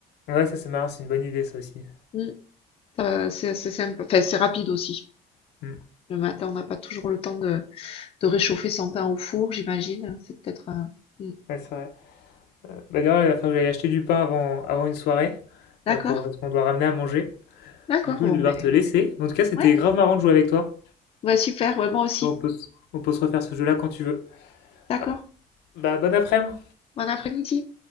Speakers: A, on the left; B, on the left.
A: Ouais, ça c'est marrant, c'est une bonne idée ça aussi.
B: Mm. Euh, c'est c'est sympa. Enfin, c'est rapide aussi.
A: Mm.
B: Le matin, on n'a pas toujours le temps de, de réchauffer son pain au four, j'imagine. C'est peut-être un... Mm.
A: Ouais, c'est vrai. Bah d'ailleurs, il va falloir que j'aille acheter du pain avant, avant une soirée,
B: D'accord,
A: euh, pour, parce qu'on doit ramener à manger.
B: d'accord,
A: Du coup,
B: bon
A: je vais
B: ben,
A: devoir te laisser. En tout cas, c'était
B: ouais,
A: grave marrant de jouer avec toi.
B: ouais super, ouais, moi aussi.
A: On peut, se- on peut se refaire ce jeu-là quand tu veux.
B: D'accord.
A: Ah, bah, bon après-midi!
B: Bon après-midi.